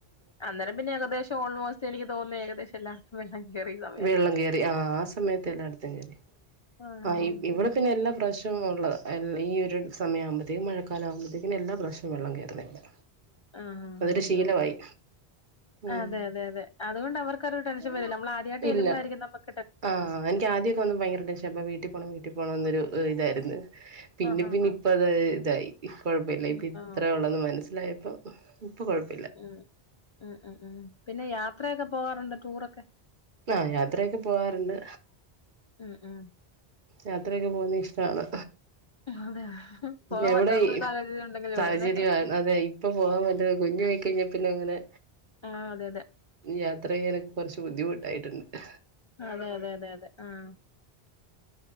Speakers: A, on the left (about 50°); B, on the right (about 50°).
A: അന്നേരം പിന്നെ ഏകദേശം ഓൾമോസ്റ്റ് എനിക്ക് തോന്നുന്നു ഏകദേശം എല്ലായിടത്തും വെള്ളം കേറി എന്ന്
B: വെള്ളം കേറി ആഹ് ആഹ് സമയത്തെ എല്ലാം അടുത്തും കേറി
A: ആഹ്
B: ആ ഇവിടെ- പിന്നെ എല്ലാ പ്രാവശ്യം ഉള്ളതാ എ ഈ ഒരു സമയമാവുമ്പോ ഇതേ മഴക്കാലം ആവുമ്പോഴത്തേക്കും എല്ലാ പ്രാവശ്യം വെള്ളം കേയറുന്ന ഇവിടെ
A: ആഹ് ആഹ്
B: അതൊരു ശീലമായി
A: ആഹ്
B: ഉം
A: അതെ അതെ അതെ അതുകൊണ്ട് അവർക്ക് ഒരു ടെൻഷൻ വരില്ല നമ്മള് ആദിയവായിട്ട് ചെല്ലുമ്പോഴാരിക്കും
B: ഇല്ല
A: നമ്മക്ക് -
B: ആഹ് എനിക്ക് ആദ്യമൊക്കെ വന്നപ്പോ ഭയങ്കര ടെൻഷൻ അപ്പ വീട്ടിൽ പോണം വീട്ടിൽ പോണം എന്നൊ ഇതായിരുന്നു പിന്നെ
A: ആഹാ
B: പിന്നെ ഇപ്പ അത് ഇതായി കൊഴപ്പമില്ല
A: ഉം
B: ഇപ്പ ഇത്ര
A: ആഹ്
B: ഉള്ളെന്ന് മനസ്സിലായപ്പം ഇപ്പൊ കൊഴപ്പമ-
A: ഉം ഉം ഉം ഉം പിന്നെ യാത്രയൊക്കെ പോകാറുണ്ട് ടൂറൊക്കെ
B: ആഹ് യാത്രയൊക്കെ പോവാറുണ്ട്
A: ഉം ഉം
B: യാത്രയൊക്കെ പോകുന്ന ഇഷ്ടാണ്
A: അതെ പോകാൻ
B: എവിടെ
A: പറ്റാത്ത സാഹചര്യം ഉണ്ടെങ്കിലേ
B: സാഹചര്യ
A: ഉള്ളൂല്ലേ
B: അതെ ഇപ്പൊ പോവാൻ പറ്റുന്നത് കുഞ്ഞു ആയിക്കഴിഞ്ഞ - പിന്നെ അങ്ങനെ
A: ആഹ് അതെ അതെ
B: യാത്ര ചെയ്യാനൊക്കെ കൊറച്ച് ബുദ്ധിമുട്ടായിട്ടുണ്ട്
A: അതെ അതെ അതെ അതെ ആഹ്